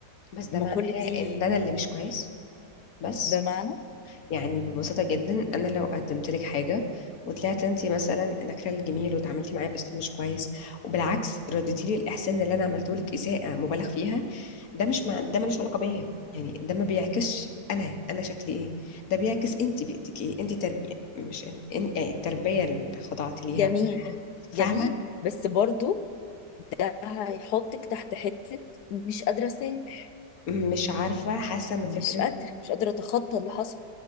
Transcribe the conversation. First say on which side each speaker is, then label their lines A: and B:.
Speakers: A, on the left; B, on the left.
A: بس ده
B: ما
A: معناه
B: كل دي
A: ان انا اللي مش كويس بس
B: بمعنى
A: يعني ببساطة جدا أنا لو قدمت لك حاجة وطلعت أنت مثلا نكرة الجميل وتعاملتي معايا بأسلوب مش كويس وبالعكس رديتي لي الإحسان اللي أنا عملته لك إساءة مبالغ فيها ده مش مع... ده ملوش علاقة بيا يعني ده ما بيعكسش أنا أنا شكلي إيه ده بيعكس أنت بيئتك إيه أنت تربية مش إن... إن- يعني التربية اللي خضعت ليها
B: جميل
A: فاهمة
B: جميل بس برضو هيحطك تحت حتة مش قادرة أسامح
A: مش عارفة حاسة إن
B: مش
A: فكرة
B: قادرة مش قادرة أتخطى اللي حصل